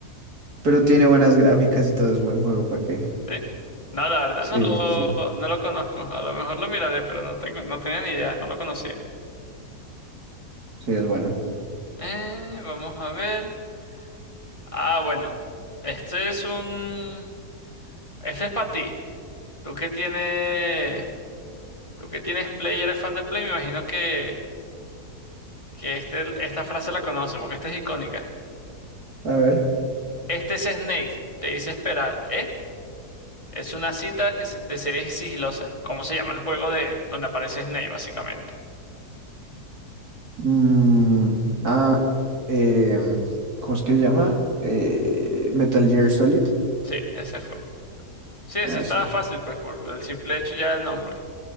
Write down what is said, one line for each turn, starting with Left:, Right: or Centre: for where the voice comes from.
Right: Pero tiene buenas gráficas y todo es buen juego, ¿para qué?
Left: ¿Sí? No, la verdad
Right: Sí,
Left: no lo,
Right: sí, sí.
Left: no lo conozco. A lo mejor lo miraré, pero no tengo, no tenía ni idea, no lo conocía.
Right: Sí, es bueno.
Left: Eh, vamos a ver. Ah, bueno. Este es un... Este es para ti. Tú que tienes... Tú que tienes Play y eres fan de Play, me imagino que, que este, esta frase la conoces, porque esta es icónica.
Right: A ver.
Left: Este es Snake, te dice esperar, ¿eh? Es una cita que se- de serie sigilosa. ¿Cómo se llama el juego de donde aparece Snake, básicamente?
Right: mm, ah, em, ¿cómo es que se llama? Eh, Metal Gear Solid.
Left: Sí, ese fue. Sí, ese
Right: Ah,
Left: estaba
Right: sí.
Left: fácil, pues por el simple hecho ya del nombre.